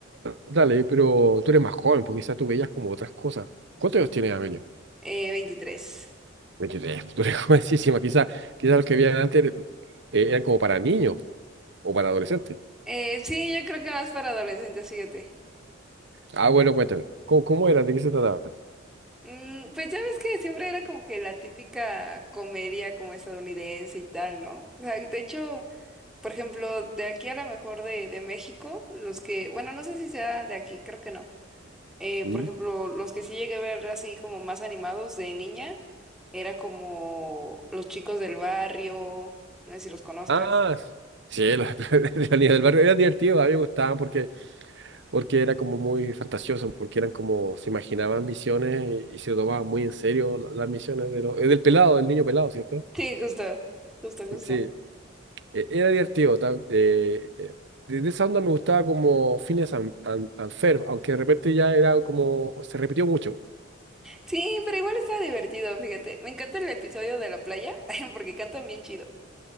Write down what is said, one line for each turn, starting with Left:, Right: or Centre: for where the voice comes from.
Right: dale, pero tú eres más joven, porque quizás tú veías como otras cosas. ¿Cuántos años tienes, Amelia?
Centre: Eh, 23.
Right: Veintitrés tú eres <laughs> jovencísima, quizás quizás los que veían antes eh, eran como para niños o para adolescentes.
Centre: Eh, sí, yo creo que más para adolescentes, fíjate.
Right: Ah, bueno, cuéntame, ¿cómo, cómo era? ¿De qué se trataba?
Centre: Mm, pues ya ves que siempre era como que la típica comedia como estadounidense y tal, ¿no? O sea, de hecho, por ejemplo, de aquí a lo mejor de, de México, los que, bueno, no sé si sea de aquí, creo que no. Eh,
Right: ¿Mm?
Centre: por ejemplo, los que sí llegué a ver así como más animados de niña, era como Los Chicos del Barrio, no sé si los conozcas.
Right: Ah, s- sí, los <laughs> de la niña del barrio era divertido, a mí me gustaban porque, porque era como muy fantasioso, porque eran como, se imaginaban misiones y, y se tomaban muy en serio la- las misiones de lo- eh, del pelado, del niño pelado, cierto
Centre: Sí, justo, justo, justo.
Right: Sí, e- era divertido. tam- eh, eh, desde esa onda me gustaba como Phineas and, and- and Ferb, aunque de repente ya era como, se repitió mucho.
Centre: Sí, pero igual estaba divertido, fíjate. Me encanta el episodio de la playa <laughs> porque cantan bien chido.